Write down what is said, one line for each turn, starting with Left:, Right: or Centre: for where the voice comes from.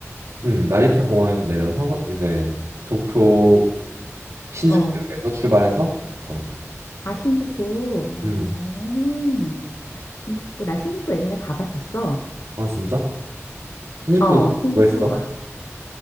Right: 음, 나리타 공항에서 내려서 이제 도쿄 신주쿠역에서
Left: 어,
Right: 출발해서 가는 거야.
Left: 아 신주쿠. 어,
Right: 음,
Left: 신주쿠. 나 신주쿠 예전에 가봤었어.
Right: 아 진짜? 신주쿠
Left: 어, 신주쿠.
Right: 뭐 했어?
Left: 하-